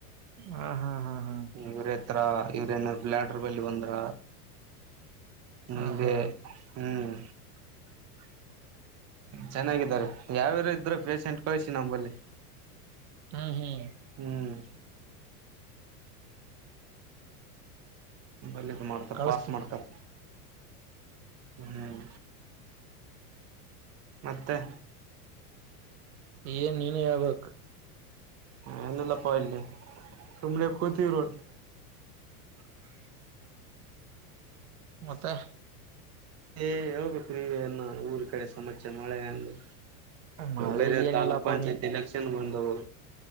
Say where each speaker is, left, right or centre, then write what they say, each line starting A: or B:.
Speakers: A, on the right (about 70°); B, on the right (about 35°).
A: ಹಾ ಹಾ ಹಾ ಹಾ
B: ಇವ್ರ ಹತ್ರ ಇವ್ರೇಏನಾದ್ರು ಬ್ಲ್ಯಾಡರ್ ಬಲ್ಲಿ ಬಂದ್ರ ಮುಂದೆ
A: ಹಾ ಹಾ
B: ಹ್ಮ್
A: <inaudible>
B: ಚೆನ್ನಾಗಿದ್ದಾರೆ ಯಾವ್ಯಾರು ಇದ್ರೂ ಪೇೇಶೆಂಟ್ ಕಳಿಸಿ ನಂಬಲ್ಲಿ
A: ಹ್ಮ್ ಹ್ಮ್
B: ಹ್ಮ್ ಬಲ್ಲದು ಮಾಡ್ತಾರ
A: ಕಳಸ್ತೇನಿ
B: ಪಾಸ್ ಮಾಡ್ತಾರ ಹ್ಮ್ ಮತ್ತೆ
A: ಹೆನ್ ನೀನೇ ಹೇಳ್ಬೇಕು
B: ಏನಿಲ್ಲಪ್ಪ ಇಲ್ಲಿ ಸುಮ್ನೆ ಕೊತಿವಿ ನೋಡು
A: <inaudible> ಮತ್ತೆ
B: ಹೇಳಬೇಕ್ಲೇ ಅನ್ನ ಊರ್ ಕಡೆ ಸಮಚ್ಯ ಮಳೆ ಅಂದು
A: ಮಳೆ
B: ಬೇರೆ
A: ಏನಿಲ್ಲಪ್ಪಾ
B: ತಾಲೂಕ್ ಪಂಚಾಯತ್
A: ನೀನ್
B: ಎಲೆಕ್ಷನ್ ಬಂದವು